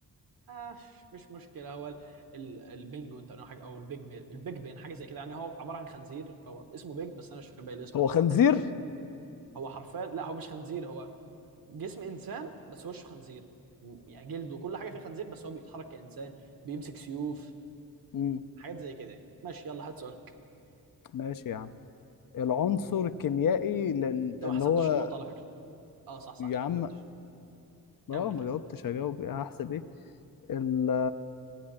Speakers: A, on the right; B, on the left.
A: مش مش مشكله هو ال- ال- البينجوين تقريبا حاجه او البيج بي- البيج بين حاجه زي كده يعني هو عباره عن خنزير فهو اسمه بيج بس انا مش فاكر باقي الاسم
B: هو
A: بصراحه
B: خنزير
A: <laughs> هو حرفيا لا هو مش خنزير هو جسم انسان بس وشه خنزير و- يعني جلده وكل حاجه فيه خنزير بس هو بيتحرك كانسان بيمسك سيوف
B: مم.
A: حاجات زي كده يعني ماشي يلا هات سؤالك
B: ماشي يا عم العنصر الكيميائي لل...
A: انت
B: اللي
A: ما حسبتش
B: هو
A: النقطه على فكره اه صح صح
B: يا
A: انت
B: عم
A: ما جاوبتش
B: اه
A: كمل
B: ما
A: كمل
B: جاوبتش هجاوب ايه هحسب ايه ال